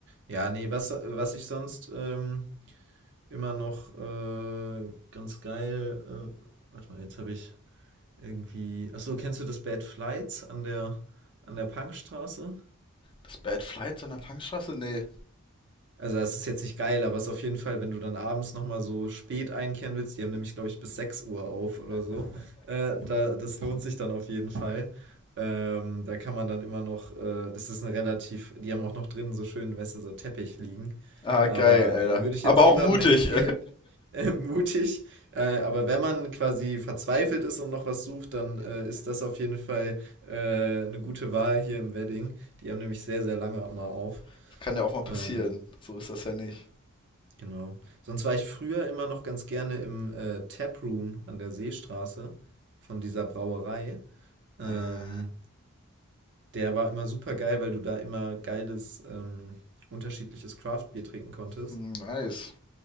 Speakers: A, on the right; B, on the left.
A: Ja, nee, was, was ich sonst ähm, immer noch äh, ganz geil. Äh, warte mal, jetzt habe ich irgendwie. Achso, kennst du das Bad Flights an der, an der Punkstraße?
B: Das Bad Flight so in der Punkstraße? Nee.
A: Also das ist jetzt nicht geil, aber es ist auf jeden Fall, wenn du dann abends nochmal so spät einkehren willst, die haben nämlich, glaube ich, bis 6 Uhr auf oder so, äh, da, das lohnt sich dann auf jeden Fall. Ähm, da kann man dann immer noch, äh, das ist eine relativ, die haben auch noch drinnen so schön, weißt du, so Teppich liegen.
B: Ah,
A: Aber
B: geil, Alter.
A: äh, würde ich
B: Aber
A: jetzt
B: auch
A: niemandem
B: mutig.
A: empfehlen, <laughs> äh, mutig. Äh, aber wenn man quasi verzweifelt ist und noch was sucht, dann äh, ist das auf jeden Fall äh, eine gute Wahl hier im Wedding. Die haben nämlich sehr, sehr lange immer auf.
B: <laughs> Kann ja auch mal passieren.
A: Ähm,
B: So ist das ja nicht.
A: Genau. Sonst war ich früher immer noch ganz gerne im äh, Taproom an der Seestraße von dieser Brauerei. Ähm,
B: Äh,
A: der war immer super geil, weil du da immer geiles, ähm, unterschiedliches Craft-Bier trinken konntest.
B: hm, nice.